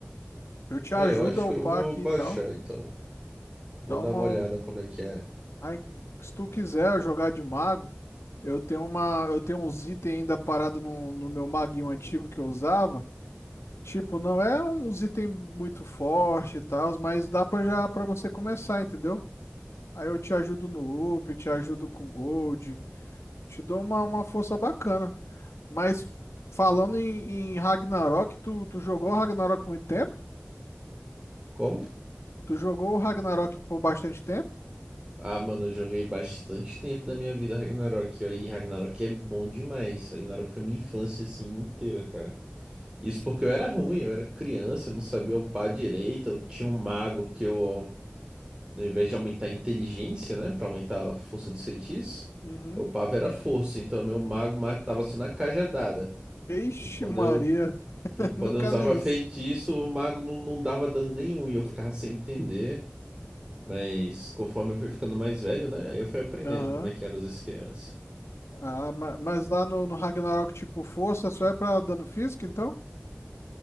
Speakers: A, on the left; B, on the right.
A: Eu te
B: É,
A: ajudo
B: eu acho
A: a upar
B: que eu vou
A: aqui
B: baixar,
A: e tal.
B: então. Vou
A: Dá
B: dar
A: uma.
B: uma olhada como é que é.
A: Aí, se tu quiser jogar de mago, Eu tenho uma, eu tenho uns itens ainda parado no, no meu maguinho antigo que eu usava. Tipo, não é uns itens muito forte e tal, mas dá para já para você começar, entendeu? Aí eu te ajudo no up, te ajudo com gold, te dou uma, uma força bacana. Mas falando em, em Ragnarok, tu, tu jogou Ragnarok há muito tempo?
B: Como?
A: Tu jogou o Ragnarok por bastante tempo?
B: Ah, mano, eu joguei bastante tempo da minha vida Ragnarok, ó, e Ragnarok é bom demais. Ragnarok foi minha infância, assim, inteira, cara. Isso porque eu era ruim, eu era criança, eu não sabia upar direito, eu tinha um mago que eu, ao invés de aumentar a inteligência, né, pra aumentar a força dos feitiços,
A: Uhum.
B: eu upava era força, então meu mago matava só na cajadada.
A: Ixi,
B: E quando
A: Maria,
B: eu
A: <laughs>
B: E quando
A: nunca
B: eu usava
A: vi
B: feitiço,
A: isso.
B: o mago não, não dava dano nenhum e eu ficava sem entender. Mas conforme eu fui ficando mais velho, né? aí Eu fui aprendendo
A: Aham.
B: como é que eram os esquemas.
A: Ah, ma- mas lá no, no Ragnarok, tipo, força só é pra dano físico, então?